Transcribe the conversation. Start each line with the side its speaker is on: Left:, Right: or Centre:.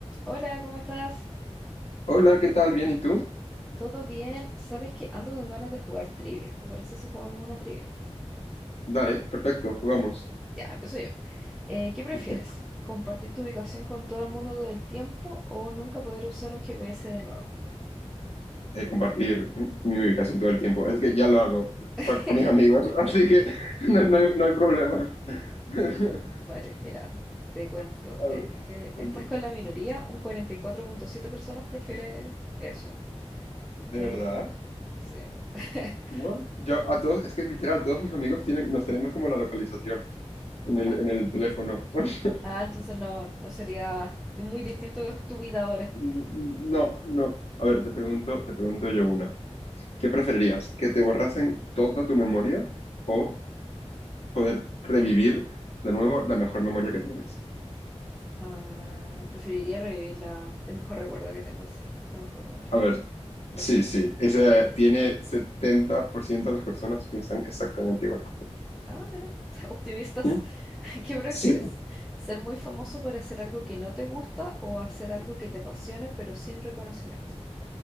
Centre: Hola, ¿cómo estás?
Left: Hola, ¿qué tal? ¿Bien y tú?
Centre: ¿Todo bien? ¿Sabes que ando con ganas de jugar trivia? ¿Te parece si jugamos una trivia?
Left: Dale, perfecto, jugamos.
Centre: Ya, empiezo yo. Eh, ¿qué prefieres?
Left: <laughs>
Centre: ¿Compartir tu ubicación con todo el mundo todo el tiempo o nunca poder usar un GPS de nuevo?
Left: Eh, compartir mi ubicación todo el tiempo. Es que ya lo hago
Centre: <laughs>
Left: pa- con mis amigos, <laughs> así que no, no hay, no hay problema. <laughs>
Centre: Vale, mira, te cuento.
Left: A
Centre: Eh,
Left: ver, cuando-
Centre: estás con la minoría, un 44.7 personas prefiere eso. Eh,
Left: ¿De verdad?
Centre: sí. <laughs>
Left: What? Yo, a todos, es que literal, todos mis amigos tienen, nos tenemos como la localización en el,
Centre: Ah,
Left: en el teléfono. <laughs>
Centre: ah, entonces no, no sería muy distinto tu vida ahora.
Left: No, no. A ver, te pregunto, te pregunto yo una. ¿Qué preferirías? ¿Que te borrasen toda tu memoria o poder revivir de nuevo la mejor memoria que tienes.
Centre: Ah, preferiría revivir la, el mejor recuerdo que tengo, sí, la mejor memoria.
Left: A ver, sí, sí, esa tiene 70% de las personas piensan exactamente igual que tú.
Centre: Ah, mira, <laughs> optimistas.
Left: ¿Mm?
Centre: <laughs> ¿Qué prefieres?
Left: Sí,
Centre: ¿Ser muy famoso por hacer algo que no te gusta o hacer algo que te apasione pero sin reconocimiento?